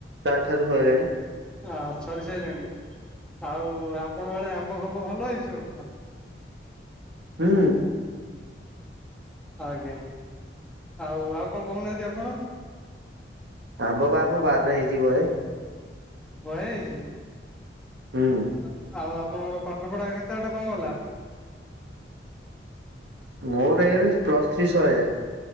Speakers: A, on the right; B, in the centre.
A: କାଲି ଠାରୁ ସଇଲାଣି।
B: ଆ ସାରିଲାଣି ଆଉ ଆପଣଙ୍କ ଆଡେ ଆମ୍ବ ଫାମ୍ବ ଭଲ ହେଇଛି ଏ ବର୍ଷ?
A: ହୁଁ।
B: ଆଜ୍ଞା ଆଉ ଆଉ କଣ କୋହୁ ନାହାଁନ୍ତି ଆପଣ?
A: ଆମ୍ବ ପା ଆମ ବାରିରେ ହୋଇଚି ବହେ।
B: ବହେ ହେଇଚି।
A: ହୁଁ।
B: ଆ ଆଉ ଆପଣଙ୍କର ପାଠପଢା କେତେ ବାଟ କଣ ଗଲା?
A: ମୋର ଏବେ ପ୍ଲସ୍ ଥ୍ରୀ ସଇଲା।